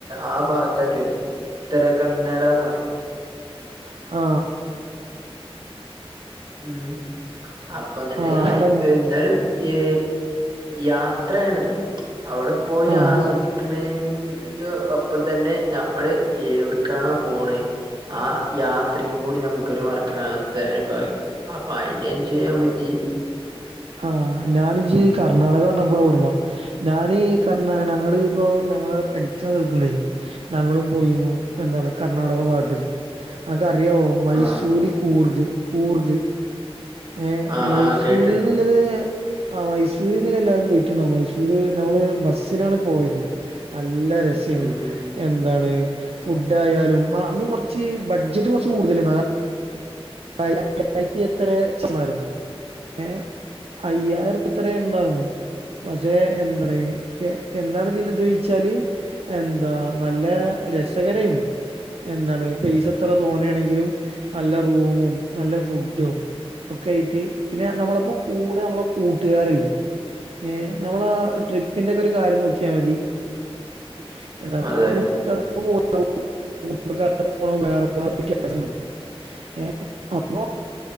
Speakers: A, on the right; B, on the right.
A: ആ ഭാഗത്തായിട്ട് വരും ഉത്തര കന്നഡ എന്ന് പറയും..
B: ആ..
A: ഉം അപ്പും എന്നിട്ട്
B: ആഹ്
A: ആ
B: എടാ
A: എന്നാലും ഏ യാത്രയാണല്ലോ അവിടെ പോയി
B: ആഹ്
A: ആസ്വദി.. എക്ക്ണേന്റ് ഒപ്പം തന്നെ ഞമ്മള് എവിടക്കാണോ പോണ ആ യാത്രയും കൂടി നമുക്കൊരു മറക്കനകത്ത അനുഭവായിക്കും.. അപ്പം അയിന ചെയ്യാൻ പറ്റി
B: ആഹ ഞാനിജി കർണ്ണാടക പറഞ്ഞപ്പോളാ ഓർമ്മ ഞാനീ കർണാടകങ്ങള് ഇപ്പോ ഞങ്ങള് പഠിച്ച സ്ഥലത്തുന്നേ ഞങ്ങളും പോയിരുന്നു എന്താണ് കർണാടക ഭാഗത്തത് അക്ക് അറിയാവോ മൈസൂരി
A: ആ
B: കൂർഗ് കൂർഗ് ഏഹ്
A: ആ
B: മൈസൂര്ന്നുള്ളത്
A: ആ കേട്ടാണ്
B: ആ മൈസൂരെന്ന എല്ലാരും പോയിട്ടുണ്ടോ മൈസൂര് നമ്മള് ബസ്സിലാണ് പോയത് നല്ല രസ
A: ഉം
B: എന്താണ് ഫുഡ് ആയാലും അന്ന് കുറച്ച് ബഡ്ജറ്റ് കുറച്ച് കൂടുത- അയ്യായിരത്തി എത്ര ച്ഛന്മാരും ഏഹ് അയ്യായിരം അത്ര ഉണ്ടായിരുന്നു പക്ഷെ എന്തണ് എന്താണ് ഇതിയിച്ചാല് എന്താ നല്ല രസകരായി എന്താണ് പൈസ എത്ര തോന്നയാണെങ്കിലും നല്ല റൂമും നല്ല ഫുഡും ഒക്കെ ആയിട്ട് പിന്നെ നമ്മളപ്പം കൂടെ നമ്മളെ കൂട്ടുകാരല്ലേ ഏഹ് നമ്മള ട്രിപ്പിന്റെ ഒക്കെ ഒരു കാര്യം നോക്കിയാൽ മതി <unintelligible>
A: അതെ
B: കുടുംബാടെ പോ വേറെേ വ്യത്യാസ ഏഹ് അപ്പോ